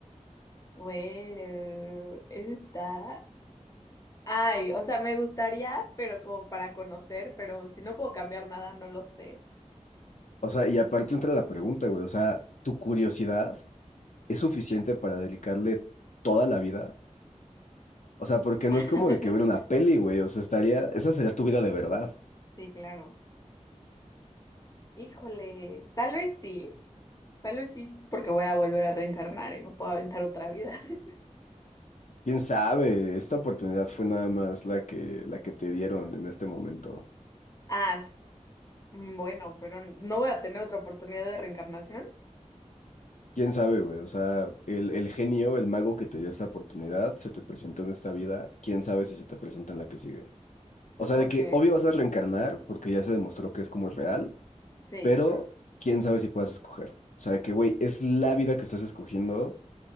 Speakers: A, on the left; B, on the left.
A: Bueno, eso está. Ay, o sea, me gustaría, pero como para conocer, pero si no puedo cambiar nada, no lo sé.
B: O sea, y aparte entra la pregunta, güey, o sea, tu curiosidad. es suficiente para dedicarle toda la vida. O sea, porque no
A: <laughs>
B: es como de que ver una peli, güey. O sea, estaría, esa sería tu vida de verdad.
A: Sí, claro. Híjole, tal vez sí, tal vez sí, porque voy a volver a reencarnar y me puedo aventar otra vida. <laughs>
B: ¿Quién sabe? Esta oportunidad fue nada más la que, la que te dieron en este momento.
A: Ah, s- mm, bueno, pero no voy a tener otra oportunidad de reencarnación.
B: ¿Quién sabe, güey? O sea, el, el genio, el mago que te dio esa oportunidad, se te presentó en esta vida. ¿Quién sabe si se te presenta en la que sigue? O sea,
A: Ok,
B: de que obvio vas a reencarnar porque ya se demostró que es como es real,
A: sí.
B: pero quién sabe si puedas escoger. O sea, de que, güey, es la vida que estás escogiendo